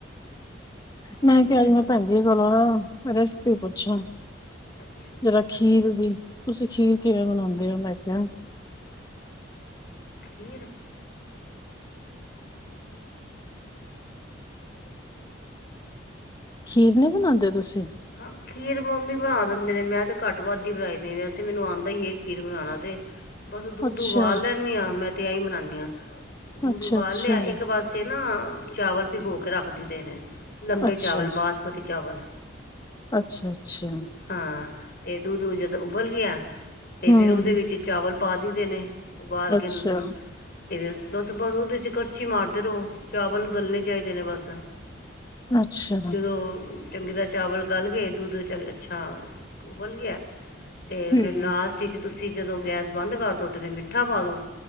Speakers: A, on the left (about 50°); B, on the left (about 20°).
A: ਹੋਰ
B: ਮੈਂ
A: ਰੋਟੀ
B: ਕਿਹਾ, ਅੱਜ ਮੈਂ ਭੈਣਜੀ ਕੋਲੋ ਨਾ ਰੈਸਪੀ ਪੁੱਛਾਂ,
A: ਅੱਛਾ
B: ਜਰਾ ਖੀਰ ਦੀ ਤੁਸੀਂ ਖੀਰ ਕਿਵੇਂ ਬਣਾਉਂਦੇ? ਮੇਰਾ ਬੱਚਾ <unintelligible>
A: ਖੀਰ
B: ਖੀਰ ਨਹੀਂ ਬਣਾਉਂਦੇ ਤੁਸੀਂ
A: ਹਾਂ ਖੀਰ ਮੰਮੀ ਬਣਾ ਦਿੰਦੇ ਨੇ ਮੈਂ ਤੇ ਘੱਟ ਵੱਧ ਹੀ ਬਣਾਈ ਦੇ ਵੈਸੇ ਮੈਨੂੰ ਆਉਂਦਾ ਹੀ ਇਹ ਖੀਰ ਬਣਾਉਣਾ ਤੇ। ਬਸ ਦੁੱਧ
B: ਅੱਛਾ,
A: ੳਬਾਲ ਲੈਂਦੀ ਆਾਂ ਮੈਂ। ਤੇ ਆਉ ਹੀ ਬਨਾਨੀ ਹਾਂ। ਦੁੱਧ
B: ਅੱਛਾ,
A: ਉਬਾਲ
B: ਅੱਛਾ,
A: ਲਿਆ ਇੱਕ ਪਾਸੇ ਨਾ ਚਾਵਲ ਪੀ ਕੇ ਰੱਖ <unintelligible> ਦੇ ਨੇ ਲੰਬੇ
B: ਅੱਛਾ।
A: ਚਾਵਲ ਬਾਸਮਤੀ। ਚਾਵਲ
B: ਅੱਛਾ ਅੱਛਾ
A: ਹਾਂ ਤੇ ਦੁਧ ਜਦੋ ਜਦੋਂ ਉਬਲ ਗਿਆ ਤੇ
B: ਹੂੰ,
A: ਫੇਰ ਉਹਦੇ ਵਿੱਚ ਚਾਵਲ ਪਾ ਦੀ ਨੇ ਉਬਾਲ ਕੇ
B: ਅੱਛਾ,
A: ਦੁੱਧ ਨੂੰ। ਅਤੇ ਬ ਉਹਦੇ 'ਚ ਕੜਛੀ ਮਾਰਦੇ ਰਹੋ ਚਾਵਲ ਗਲਣੇ ਚਾਹੀਦੇ ਨੇ ਬਸ।
B: ਅੱਛਾ,
A: ਜਦੋਂ ਚੰਗੀ ਤਰਾਂ ਦਾ ਚਾਵਲ ਗਾਲ ਕੇਗੇ ਦੁੱਧ ਅੱਛਾ ਉਬਲ ਕੇ ਗਿਆ। ਤੇ
B: ਹੂੰ,
A: ਫੇਰ ਲਾਸਟ ਚ ਤੁਸੀਂ ਤੁਸੀਂ ਜਦੋਂ ਗੈਸ ਬੰਦ ਕਰਦੋ ਤੇ ਫਿਰ ਮਿੱਠਾ ਪਾ ਦੋ।